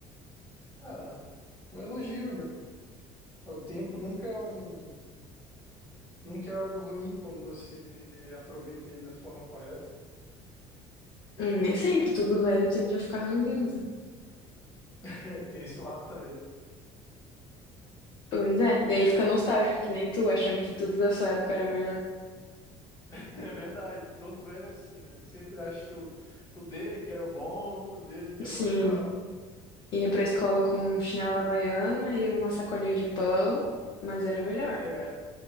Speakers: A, on the left (about 20°); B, on the left (about 40°).
A: Ah, um elogio, né? O tempo nunca é um, nunca é algo ruim quando você aproveita ele da forma correta. <laughs>
B: Hum, nem sempre, tudo velho tende a ficar ranzinza.
A: É, tem esse lado também.
B: Pois é, e aí fica nostálgico, que nem tu, achando que tudo da sua época era melhor.
A: É verdade, todo velho é assim, né? Sempre acha o, o dele que era o bom, o dele que era
B: Sim,
A: o legal.
B: Ia pra escola com chinela havaiana e uma sacolinha de pão, mas era melhor.
A: É,